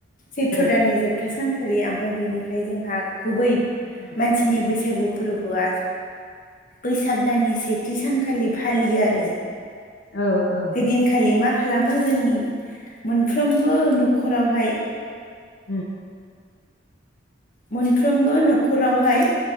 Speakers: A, on the left; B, on the left.
A: चैत्र
B: औ
A: दाननि जोबथा सान खालि ओमफ्राय बेनिफ्राय जोंहा गुबै
B: <inaudible>
A: मानसिनि बैसागु फोरबोआ बैसाग दाननि से थि सानखालि फालियो आरो
B: औ औ
A: दिनखालि मा खालामो जोंनि मोनफ्रोमबो न'खरावहाय
B: उम
A: मोनफ्रोमबो न'खरावहाय